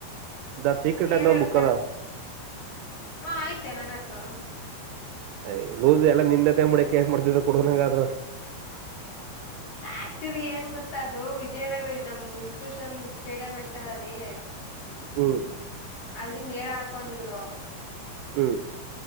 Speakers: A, on the right; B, on the left.
A: ದ ಸೀಕ್ರೆಟ್ ಅಂತ
B: ಏನಂತೆ
A: ಒಂದ್ ಬುಕ್ ಅದಾವ
B: ಹ ಐತಿ ನನ್ನತ್ರನೂ
A: ಎ ಲೂಸು ಯಲ್ಲಾ ನಿಂದಂತೆ <inaudible>
B: ಆಕ್ಚುಲಿ ಏನ್ ಗೊತ್ತಾ ಅದು ವಿಜಯ್ನಗರ ನಾಮ್ ಸ್ಟೇಷನ್ ಸ್ಟೇಡಿಯಂ ಐತಲ ಲ್ಲೆ
A: ಹ್ಮ್
B: ಅಲಿ ನೇಣು ಹಾಕೊಂಡಿದ್ರು
A: ಹ್ಮ್